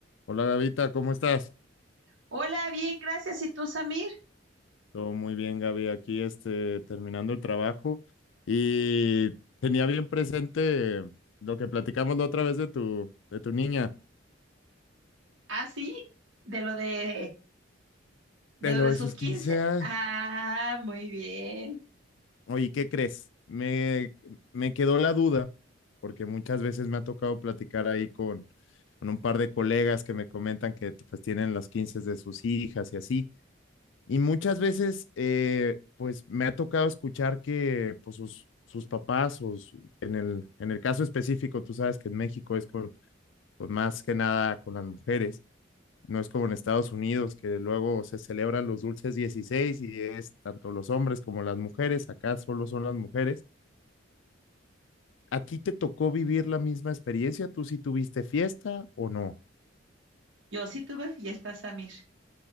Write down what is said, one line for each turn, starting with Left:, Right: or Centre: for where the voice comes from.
Left: Hola Gavita, ¿cómo estás?
Right: Hola, bien, gracias. ¿Y tú, Samir?
Left: Todo muy bien, Gaby. Aquí este, terminando el trabajo y tenía bien presente lo que platicamos la otra vez de tu, de tu niña,
Right: Ah, sí, de lo de, de
Left: de
Right: lo
Left: lo
Right: de
Left: de
Right: sus
Left: sus
Right: 15.
Left: quince. años.
Right: Ah, muy bien.
Left: Oye, ¿qué crees? Me, me quedó la duda, porque muchas veces me ha tocado platicar ahí con, con un par de colegas que me comentan que pues tienen las 15 de sus hijas y así. Y muchas veces, eh, pues me ha tocado escuchar que pues, sus, sus papás, o su- en el, en el caso específico, tú sabes que en México es con, pues, más que nada con las mujeres, no es como en Estados Unidos, que luego se celebran los dulces 16 y es tanto los hombres como las mujeres, acá solo son las mujeres. ¿A ti te tocó vivir la misma experiencia? ¿Tú sí tuviste fiesta o no?
Right: Yo sí tuve fiesta, Samir.